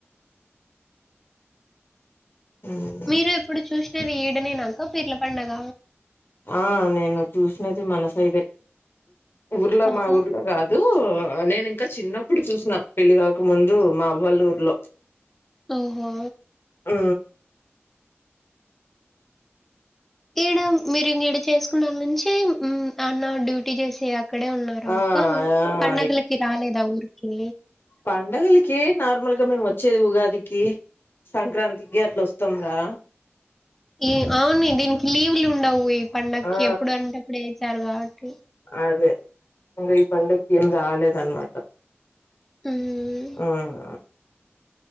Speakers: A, on the left; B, in the centre.
A: ఉమ్
B: మీరు ఎప్పుడు చూసినది ఈడనేనా అక్క పీర్ల పండగ
A: ఆ నేను చూసినది మనసైడే ఊర్లో
B: ఆహా!
A: మా ఊర్లో కాదు డూ నేను ఇంకా చిన్నప్పుడు చూసిన పెళ్లి కాక ముందు మా అవ్వలా ఊర్లో
B: ఓహో
A: ఉ
B: ఈడ మీరు ఈడ చేసుకున్న వాళ్ళ నుంచి అన్న డ్యూటీ చేసి అక్కడే ఉన్నారా
A: ఆ ఆ
B: అక్క పడుగలకి రాలేదా ఊరికి
A: పండుగలకి నార్మల్గా మేము వచ్చేది ఉగాదికి సంక్రాంతికి అట్లా వస్తాం రా
B: ఈ అవును దీనికి లీవ్ లు ఉండవు ఈ పండగకి
A: ఆ
B: ఎప్పుడు అంటే అప్పుడు చేస్తారు కాబట్టి
A: అదే ఇంకా ఈ పండ కి ఏం రాలేదు అన్నమాట
B: ఉమ్
A: ఉమ్